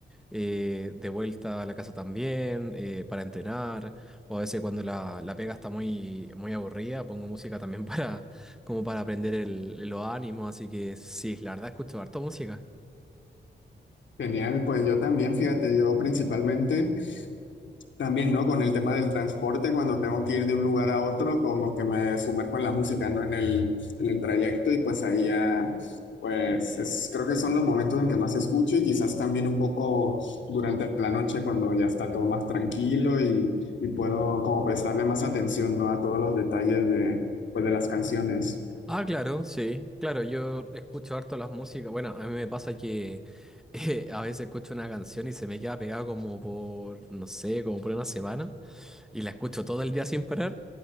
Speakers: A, in the centre; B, on the left.
A: eh, de vuelta a la casa también, eh, para entrenar, o a veces cuando la, la pega está muy, muy aburrida pongo música también <laughs> para, como para aprender el, los ánimos, así que sí, la verdad escucho harto música.
B: Genial. Pues yo también, fíjate, yo principalmente También, ¿no? Con el tema del transporte, cuando tengo que ir de un lugar a otro, como que me sumerjo en la música, ¿no? En el, en el trayecto y pues ahí ya, pues es- creo que son los momentos en que más escucho y quizás también un poco durante la noche cuando ya está todo más tranquilo y, y puedo como prestarle más atención, ¿no? A todos los detalles de, pues, de las canciones.
A: Ah, claro, sí, claro, yo escucho harto las músicas. Bueno, a mí me pasa que <laughs> eh, a veces escucho una canción y se me queda pegada como por, no sé, como por una semana y la escucho todo el día sin parar.